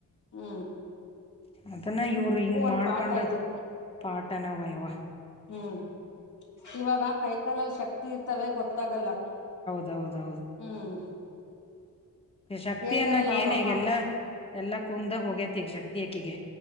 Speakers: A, on the left (about 60°); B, on the left (about 15°).
A: ಹ್ಮ
B: ಅದನ್ನ ಇವರು ಹಿಂಗ
A: ಒಂದ್
B: ಮಾಡ್ಕೊಂಡ್
A: ಪಾಠ ಇದು
B: ಪಾಠನವ ಇವ.
A: ಹ್ಮ್ ಇವಾಗ ಕೈಕಾಲಲ್ ಶಕ್ತಿ ಇರ್ತವೆ ಗೊತ್ತಾಗಲ್ಲ.
B: ಹೌದೌದು.
A: ಹ್ಮ್
B: ಶಕ್ತಿ
A: ಹೇಳ್ತಾರಲ್ಲ
B: ಅನ್ನಕ್ ಏನ್
A: ಅವ್ರಮ್ಮ
B: ಈಗೆಲ್ಲಾ ಎಲ್ಲಾ ಕುಂದ ಹೋಗೇತಿ ಈಗ ಶಕ್ತಿಯಕಿಗೆ.